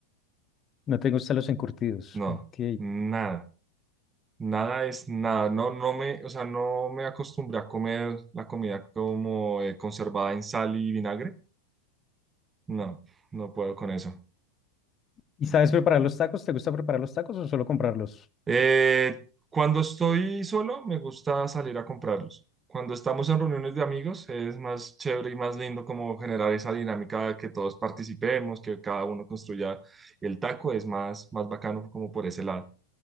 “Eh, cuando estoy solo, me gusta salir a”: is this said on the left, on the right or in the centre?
Right